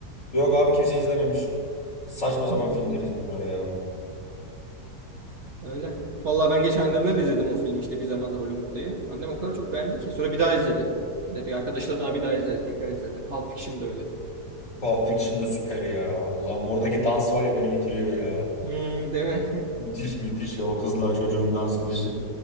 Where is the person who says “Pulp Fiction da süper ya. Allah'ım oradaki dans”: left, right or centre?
Left